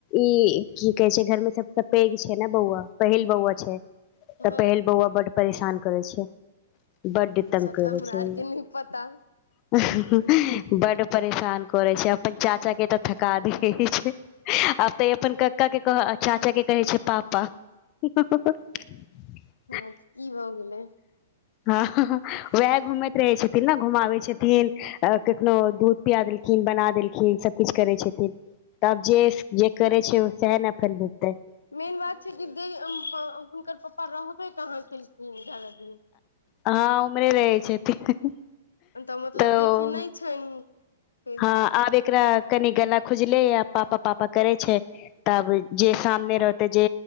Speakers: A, on the left; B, on the left.
A: ई की कहे छै घर में सबसे पैघ छै न बौआ पहिल बौआ छैय। तऽ
B: हँ
A: पहिल बौआ बड़ परेशान करै छैय <inaudible> बड तंग
B: ओ सब
A: करैय
B: तऽ हमरा
A: छैय।
B: आरके नहि पता।
A: <unintelligible> बड परेशान करे छै अपन चाचा केँ तऽ थका दैय छैय। आब तऽ ई अपन कक्का कह चाचा केँ कहै छैय पापा। <unintelligible>
B: हऽ तऽ की भऽ गेलैय।
A: <unintelligible> वएह घूमैत रहै छथिन न घुमाबै छथिन। अ कखनो दूध पिया देलखिन बना देलखिन सभ किछ करैय छथिन। तब जे जे करे छै ओ से है न अखन हेतै
B: मेन बात छै कि दे हुनकर पापा रहबै कहाँ केलखिन ज्यादा दिन।
A: हँ उम्हरे रहै छथिन
B: तऽ मतलब
A: तऽ
B: देखे नै छैन उन <inaudible>
A: हँ आब एकरा कनि गला खुजले आ पापा पापा करै छै तब जे सामने रहतै जे